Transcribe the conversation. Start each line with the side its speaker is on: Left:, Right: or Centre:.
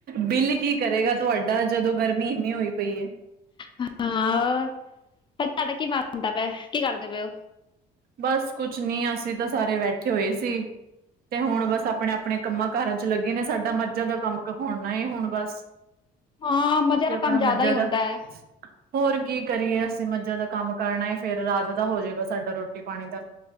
Right: ਬਿੱਲ ਕੀ ਕਰੇਗਾ ਤੁਹਾਡਾ ਜਦੋਂ ਗਰਮੀ ਇੰਨੀ ਹੋਈ ਪਈ ਏ।
Left: ਹਾਂ, ਤੁਹਾਡਾ ਕੀ ਮਨ ਹੁੰਦਾ ਪਿਆ ਕੀ ਕਰਦੇ ਪਏ ਓ?
Right: ਬਸ ਕੁਛ ਨੀ ਅਸੀ ਤਾਂ ਸਾਰੇ ਬੈਠੇ ਹੋਏ ਸੀ। ਤੇ ਹੁਣ ਬਸ ਆਪਣੇ - ਆਪਣੇ ਕੰਮਾਂ ਕਾਰਾਂ ਚ ਲੱਗੇ ਨੇ ਸਾਡਾ ਮੱਝਾਂ ਦਾ ਕੰਮ ਹੋਣਾ ਹੁਣ ਬਸ
Left: ਹਾਂ ਮਜ਼ਾ
Right: ਅਸੀਂ
Left: ਤਾਂ
Right: ਆਪਣਾ
Left: ਕੰਮ ਜ਼ਿਆਦਾ
Right: ਮੱਝਾਂ
Left: ਹੀ
Right: ਦਾ।
Left: ਹੁੰਦਾ ਹੈ
Right: ਹੋਰ ਕੀ ਕਰੀਏ ਮੱਝਾਂ ਦਾ ਕੰਮ ਕਰਨਾਏ ਫੇਰ ਰਾਤ ਦਾ ਹੋਜਏਗਾ ਸਾਡਾ ਰੋਟੀ ਪਾਣੀ ਦਾ।